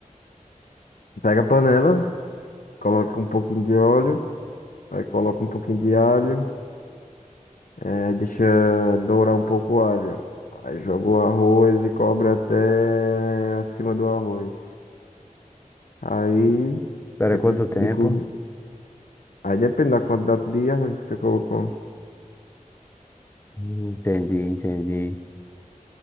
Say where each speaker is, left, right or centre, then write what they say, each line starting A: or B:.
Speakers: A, on the left (about 75°); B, on the left (about 15°).
A: Pega a panela, coloca um pouquinho de óleo, aí coloca um pouquinho de alho, eh, deixa dourar um pouco o alho. Aí joga o arroz e cobre até acima do arroz. Aí,
B: Espera
A: depois
B: quanto tempo?
A: de cobrir. Aí depende da quantidade de arroz que você colocou.
B: Hum, Entendi, entendi.